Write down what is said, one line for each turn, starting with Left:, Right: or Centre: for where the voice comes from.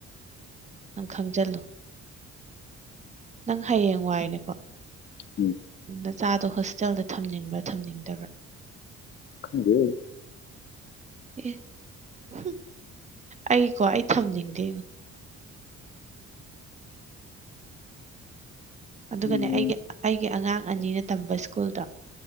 Right: ꯅꯪ ꯈꯪꯖꯜꯂꯨ ꯅꯪ ꯍꯌꯦꯡ ꯋꯥꯏꯅꯦꯀꯣ
Left: ꯎꯝ
Right: ꯅꯆꯥꯗꯣ ꯍꯣꯁꯇꯦꯜꯗ ꯊꯝꯅꯤꯡꯕ꯭ꯔꯥ ꯊꯝꯅꯤꯡꯗꯕ꯭ꯔꯥ
Left: ꯈꯪꯗꯦ
Right: ꯑꯦ ꯎ ꯑꯩꯀꯣ ꯑꯩ ꯊꯝꯅꯤꯡꯗꯦꯣ ꯑꯗꯨꯒꯅꯦ
Left: ꯎꯝ
Right: ꯑꯩꯒꯤ ꯑꯩꯒꯤ ꯑꯉꯥꯡ ꯑꯅꯤꯅ ꯇꯝꯕ ꯁ꯭ꯀꯨꯜꯗꯣ